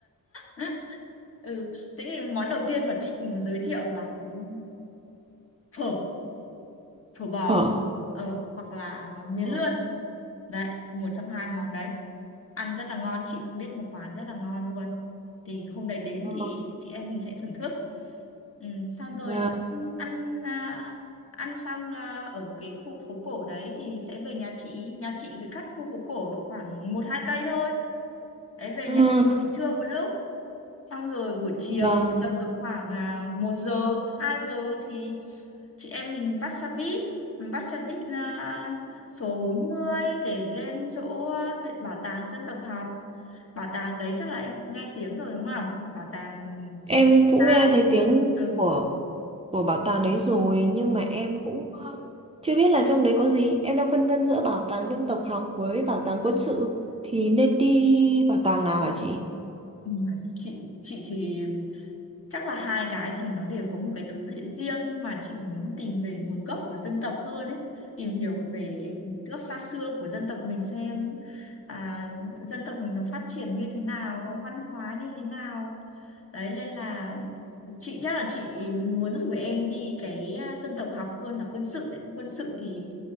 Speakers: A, on the left; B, on the right.
A: <laughs> ừ thế thì món đầu tiên mà chị muốn giới thiệu là món phở phở bò
B: Ờ.
A: ờ hoặc là món miến
B: Ờ,
A: lươn Đấy, một trong hai món đấy. Ăn rất là ngon, chị biết một quán rất là ngon luôn. Thì hôm đấy đến
B: ờ,
A: thì chị em mình sẽ thưởng thức. Ừ, xong rồi
B: và,
A: ăn ăn, à, ăn xong à, ở cái khu phố cổ đấy thì sẽ về nhà chị. Nhà chị thì cách khu phố cổ độ khoảng một hai cây thôi. Đấy về
B: ừ,
A: nhà chị nghỉ trưa một lúc xong rồi buổi chiều
B: và
A: thì tầm độ khoảng à, 1 giờ 2 giờ thì chị em mình bắt xe buýt mình bắt xe buýt là số 40 để lên chỗ à, Viện Bảo tàng Dân tộc học bảo tàng đấy chắc là em cũng nghe tiếng rồi đúng không bảo tàng
B: em cũng
A: ta
B: nghe thấy
A: luôn
B: tiếng
A: đấy Ừ.
B: của của bảo tàng đấy rồi nhưng mà em cũng ờ, chưa biết là trong đấy có gì em đang phân vân giữa bảo tàng dân tộc học với bảo tàng quân sự thì nên đi bảo tàng nào hả chị
A: Ừ, chị chị thì chắc là hai cái thì nó đều có một cái thú vị riêng nhưng mà chị muốn tìm về nguồn gốc của dân tộc hơn ấy tìm hiểu về nguồn gốc xa xưa của dân tộc mình xem à, dân tộc mình nó phát triển như thế nào có văn hóa như thế nào đấy nên là chị chắc là chị muốn rủ em đi cái à, dân tộc học hơn là quân sự đấy. quân sự thì